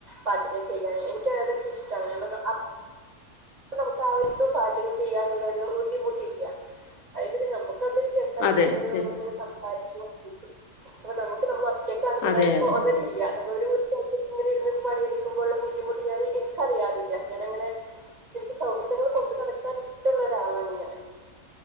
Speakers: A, on the right; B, on the left.
A: പാചകം ചെയ്യാന് എനിക്ക് അതൊക്കെ ഇഷ്ടാണ് <unintelligible> അ പ്പൊ നമുക്ക് ആ ഒന്നും പാചകം ചെയ്യാന്നുള്ള ഒരു ബുദ്ധിമുട്ടില്ല. അതിന്റെ നമുക്ക് തൊരു രസായിട്ട്
B: അതെ
A: നമ്മള്
B: ശരി
A: നമ്മളിങ്ങനെ സംസാരിച്ചു കൊണ്ടിരിക്കും. അപ്പൊ നമുക്ക് നമ്മള് റ്റക്കാണെന്ന്ല്ലെ
B: അതെ അതെ
A: തോന്നലില്ല ഒരു <unintelligible> ഇങ്ങനെ ഇരുന്ന് പണിയെടുക്കുമ്പോഴുള്ള ബുദ്ധിമുട്ട് ഞാൻ എനിക്കറിയാറില്ല. ഞാനങ്ങനെ എന്റെ സൗഹൃദങ്ങൾ കൊണ്ട് നടക്കാൻ ഇഷ്ടള്ളൊരാളാണ് ഞാൻ.